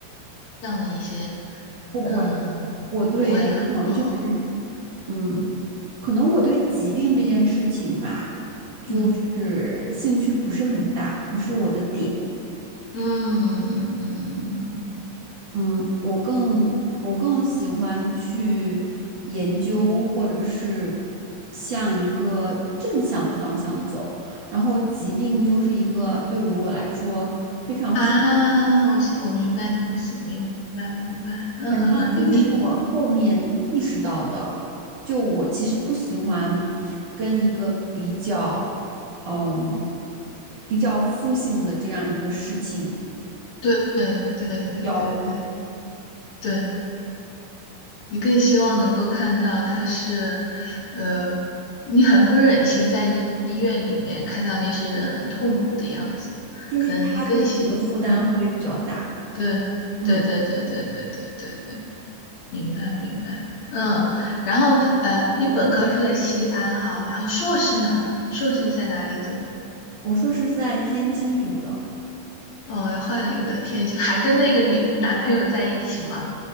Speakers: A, on the left; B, on the right.
A: 这样的一些？
B: 不会，
A: 嗯，
B: 我对临床就是，
A: 不会啊，嗯
B: 嗯，可能我对疾病这件事情吧，就是兴趣不是很大，
A: 嗯
B: 不是我的点。
A: 嗯嗯嗯嗯嗯嗯
B: 嗯，我更我更喜欢去研究，或者是向一个正向的方向走。然后，疾病就是一个对于我来说非常负，
A: 啊，我我明白你意思，明白明白，嗯嗯嗯，
B: 反正这个是我后面意识到的。
A: 你你
B: 就我其实不喜欢跟一个比较，嗯，比较负性的这样一个事情
A: 对对对对对
B: 交互，
A: 对，你更希望能够看到他是，呃，你很不忍心在医医院里面看到那些人很痛苦的样子，
B: 就是它对我的负担会比较大。
A: 可能你更希，嗯，对对对对对对对对对，
B: 嗯。
A: 明白明白，嗯，然后呃，你本科是在西安哈，然后硕士呢？硕士在哪里读？
B: 我说是在天津读的，
A: 哦，又换了一个天津，还跟那个女男朋友在一起吗？